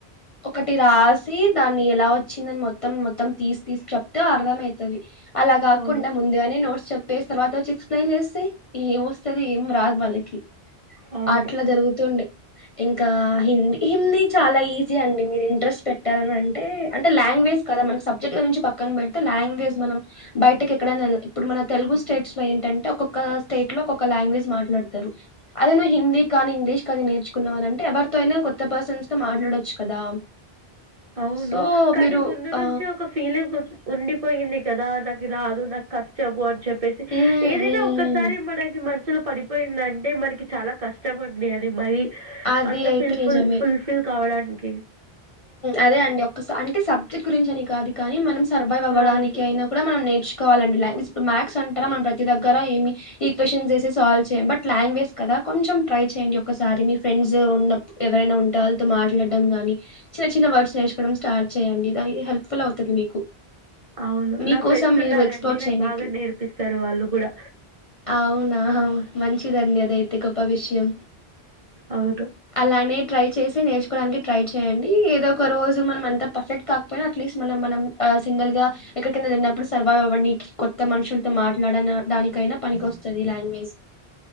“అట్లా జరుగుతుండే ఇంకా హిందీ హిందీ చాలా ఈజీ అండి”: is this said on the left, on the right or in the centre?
Left